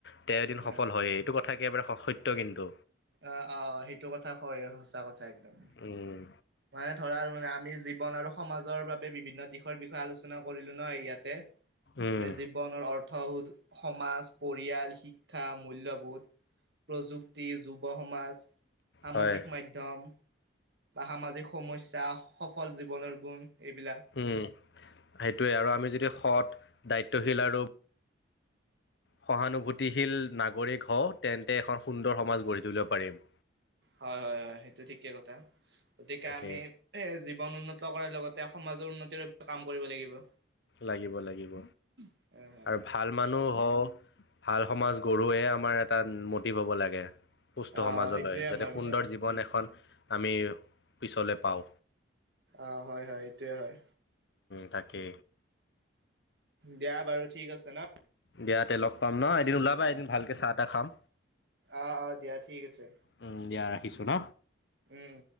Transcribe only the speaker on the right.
অ',
অ অ অ সেইটো কথা ক সঁচা কথা একদম
মানে ধৰ মানে। আমি জীৱন আৰু সমাজৰ বাবে বিভিন্ন দিশৰ বিষয়ে আলোচনা কৰিলো ন ইয়াতে-
ন জি্বানৰ অথাউ সমাজ পৰিয়াল শিক্ষা মূল্যবোধ প্ৰযুক্তি যুৱ সমাজ সামাজিক
মাধ্যম। বা সামাজিক সমস্যা সফল জীৱনৰ গুণ- এইবিলাক
হয় হয় হয় সেইটো ঠিকে কথা গতিকে
আমি এ। বন উন্নত কৰাৰ লগতে সমাজৰ উন্নতিৰ বাবে কাম কৰিব লাগিব।
হয় হয়
আহ
সেইটোয়ে
আমাৰ
মানে
উম
অ হয় হয় এইটোয়ে হয়।
দিয়া বাৰু ঠিক আছে ন।
অ
অ
অ অ দিয়া ঠিক আছে
উম উম